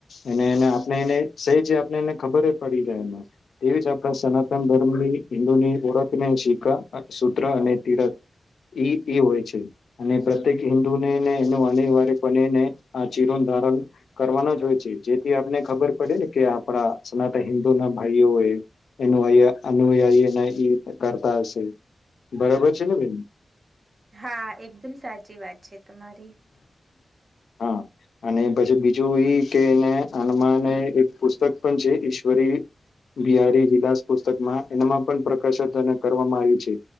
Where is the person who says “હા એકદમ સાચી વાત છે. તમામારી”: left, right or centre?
Right